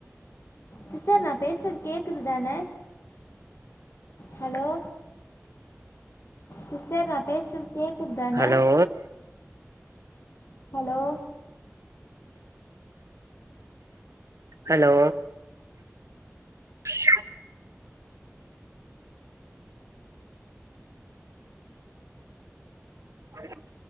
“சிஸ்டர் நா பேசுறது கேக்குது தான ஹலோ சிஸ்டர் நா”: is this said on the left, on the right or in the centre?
Left